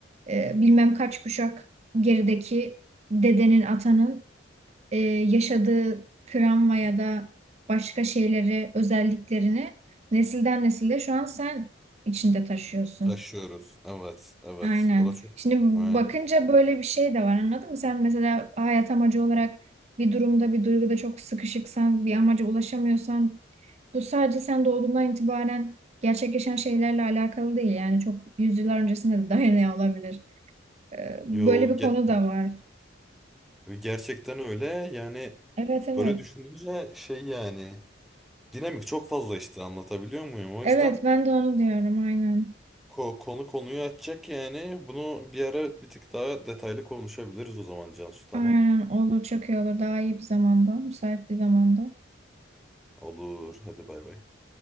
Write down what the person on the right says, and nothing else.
e, bilmem kaç kuşak gerideki dedenin, atanın e, yaşadığı travma ya da başka şeyleri, özelliklerini nesilden nesile şu an sen içinde taşıyorsun.
Aynen.
Şimdi
bakınca böyle bir şey de var anladın mı? Sen mesela hayat amacı olarak bir durumda, bir duyguda çok sıkışıksan, bir amaca ulaşamıyorsan bu sadece sen doğduğundan itibaren gerçekleşen şeylerle alakalı değil. Yani çok yüzyıllar öncesine de <laughs> dayanıyor olabilir. Ee, Böyle
bir konu
da var.
Evet evet.
Evet ben de onu diyorum aynen.
Aynen olur çok iyi olur. Daha iyi bir zamanda. Müsait bir zamanda.